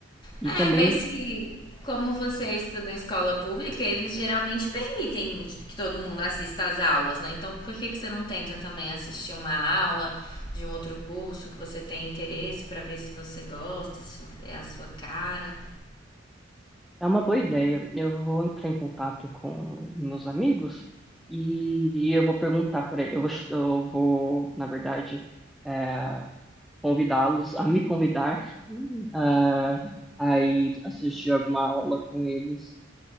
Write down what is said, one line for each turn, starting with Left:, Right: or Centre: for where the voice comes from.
Centre: E
Left: É,
Centre: também
Left: ver se, como você estuda em escola pública, eles geralmente permitem que- que todo mundo assista às aulas, né? Então, por que, que você não tenta também assistir uma aula de um outro curso que você tem interesse pra ver se você gosta, se é a sua cara?
Centre: É uma boa ideia. Eu vou entrar em contato com meus amigos e, e eu vou perguntar para eles. Eu vou, eu vou, na verdade, é, convidá-los a me convidar, <laughs> eh, a ir assistir alguma aula com eles.